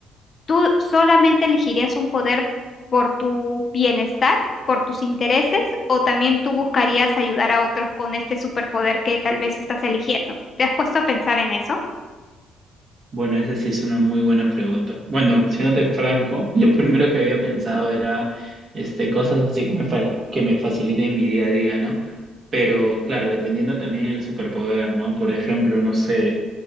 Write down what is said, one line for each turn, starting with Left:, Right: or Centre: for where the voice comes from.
Left: ¿tú solamente elegirías un poder por tu bienestar, por tus intereses, o también tú buscarías ayudar a otros con este superpoder que tal vez estás eligiendo? ¿Te has puesto a pensar en eso?
Right: Bueno, esa sí es una muy buena pregunta. Bueno, siéndote franco, lo primero que había pensado era este, cosas así que me, fa- que me faciliten mi día a día, ¿no? Pero claro, dependiendo también del superpoder, ¿no? Por ejemplo, no sé.